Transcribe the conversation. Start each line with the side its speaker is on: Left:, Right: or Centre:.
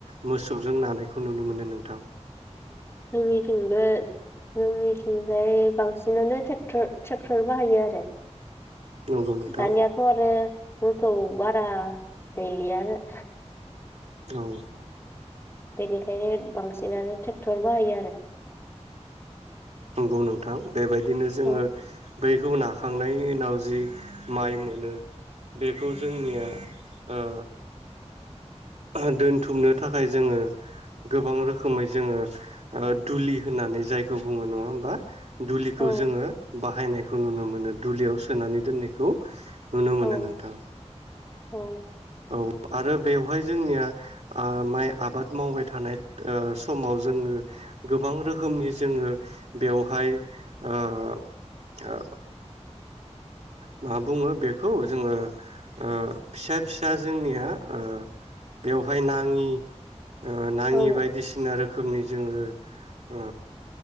Right: मोसौजों नानायखौ नुनो मोनो नोंथां?
Left: जोंनिथिंबो जोंनिथिंजाय बांसिनानो ट्रेक्टर ट्रेक्टर बाहायो आरो
Right: नंगौ नोंथां
Left: दानिया थ' आरो मोसौ बारा गैलिया आरो
Right: औ
Left: बेनिखायनो बांसिनानो ट्रेक्टर बाहायो आरो
Right: नंगौ नोंथां बेबायदिनो जोङो
Left: औ
Right: बैखौ नाखांनायनि उनाव जि माइ मोनो बेखौ जोंनिया ओ ओह दोनथुमनो थाखाय जोङो गोबां रोखोमै जोङो ओ दुलि होननानै जायखौ बुङो नङा होमबा दुलिखौ
Left: औ
Right: जोङो बाहायनाय खौ नुनो मोनो दुलियाव सोनानै दोननायखौ नुनो मोनो
Left: औ
Right: नोंथां।
Left: औ
Right: औ आरो बेवहाय जोंनिया ओ माइ आबाद मावबाय थानाय ओ समाव जोङो गोबां रोखोमनि जोङो बेवहाय ओ आ मा बुङो बेखौ जोङो ओ फिसा फिसा जोंनिया ओ बेवहाय नाङि ओ नाङि
Left: औ
Right: बायदिसिना रोखोमनि जोङो ओ